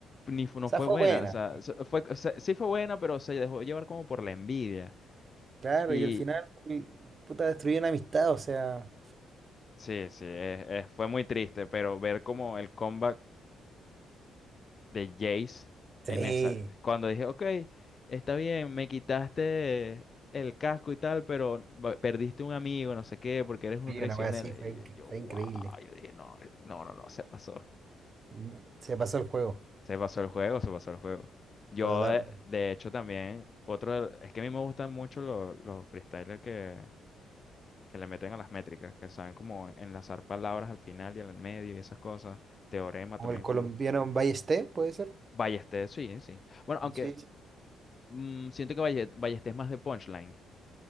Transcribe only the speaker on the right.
O
sea,
fue
buena.
Claro,
y al final, y- puta, destruyó una amistad, o sea.
Sí,
sí,
una wea así, fue,
inc-
fue
increíble.
No, Se pasó el juego,
totalmente.
Como
el colombiano
Ballesté, ¿puede ser?
Sí. sí.